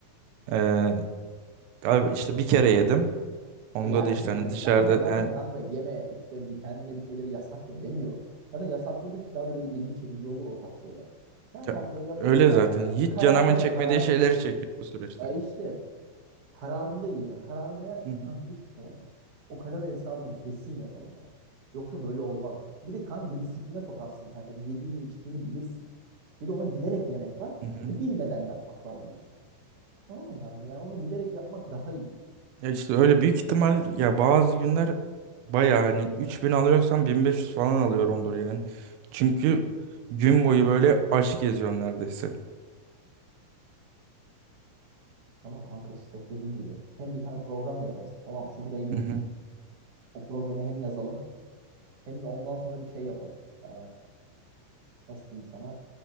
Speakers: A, on the right; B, on the right.
A: Ee, galiba işte bir kere yedim. Onda
B: E yersin
A: da işte hani
B: canım.
A: dışarıda
B: Ben sana zaten
A: yani
B: kanka yeme işte bir kendine bir şeyleri yasakla demiyorum. Zaten yasakladıkça daha da böyle ilgi çekici olur o tarz şeyler. Sen
A: ya-
B: kanka yap,
A: öyle
B: yapacağın
A: zaten
B: şey
A: hiç
B: kararında
A: canımın çekmediği
B: kararında.
A: şeyleri çekiyor bu süreçte.
B: E işte kararında yiyeceksin. Kararında yersen
A: Hı hı,
B: kanka hiçbir şey olmaz. O kalori hesabını kesin yapalım bak. Yoksa böyle olmaz. Bir de kanka bir disipline sokarsın kendini. Yediğini içtiğini bilirsin. Bir de onu bilerek yemek var.
A: hı hı.
B: Bir de bilmeden yapmak var bu işi. Anladın mı kanka? Yani onu bilerek yapmak daha iyi.
A: Ya işte öyle büyük ihtimal ya bazı günler baya hani 3000 alıyorsam 1500 falan alıyorumdur yani. Çünkü gün boyu böyle aç geziyorum neredeyse.
B: Tamam kanka işte dediğim gibi. Hem bir tane program yazarız. Tamam şu bir ayı bir
A: Hı
B: bitir.
A: hı.
B: O programı hem yazalım hem de ondan sonra bir şey yapalım. Ee, nasıl diyeyim sana?